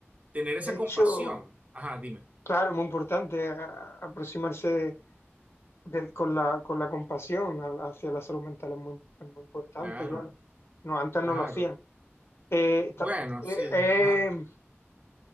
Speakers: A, on the right; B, on the left.
A: tener
B: de
A: esa compasión.
B: hecho,
A: Ajá, dime,
B: claro, muy importante a- a- aproximarse del- con la, con la compasión a- hacia la salud mental es muy, es muy importante,
A: claro,
B: claro. No, antes
A: claro.
B: no lo hacían. Eh,
A: Bueno,
B: ta- eh,
A: sí,
B: eh,
A: ajá,